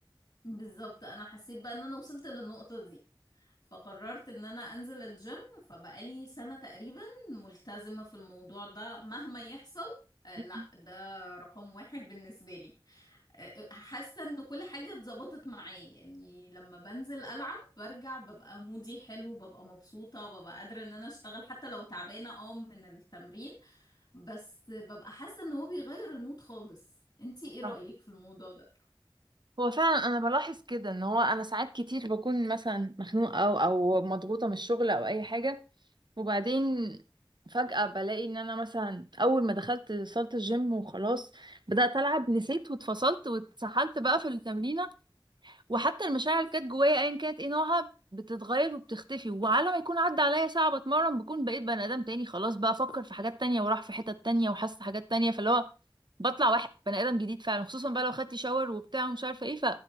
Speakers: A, on the left (about 50°); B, on the right (about 60°).
A: بالظبط انا حسيت بقى ان انا وصلت للنقطة دي فقررت ان انا انزل الجيم فبقالي سنة تقريبا ملتزمة في الموضوع ده مهما يحصل آه
B: مم.
A: لا ده رقم واحد بالنسبة لي آه آه، حاسة ان كل حاجة اتظبطت معايا يعني لما بنزل العب برجع ببقى مودي حلو ببقى مبسوطة ببقى قادرة ان انا اشتغل حتى لو تعبانة اه من التمرين بس ببقى حاسة ان هو بيغير المود خالص انتي ايه رأيك
B: صح.
A: في الموضوع ده
B: هو فعلا انا بلاحظ كده ان هو انا ساعات كتير بكون مثلا مخنوقه او او مضغوطه من الشغل او اي حاجه وبعدين فجاه بلاقي ان انا مثلا اول ما دخلت صاله الجيم وخلاص بدات العب نسيت واتفصلت واتسحلت بقى في التمرينه وحتى المشاعر اللي كانت جوايا ايا كانت ايه نوعها بتتغير وبتختفي وعلى ما يكون عدى عليا ساعة بتمرن بكون بقيت بني ادم تاني خلاص بقى افكر في حاجات تانية وراح في حتت تانية وحاسة حاجات تانية فاللي هو بطلع واحد بني ادم جديد فعلا خصوصا بقى لو خدت شاور وبتاع ومش عارفة ايه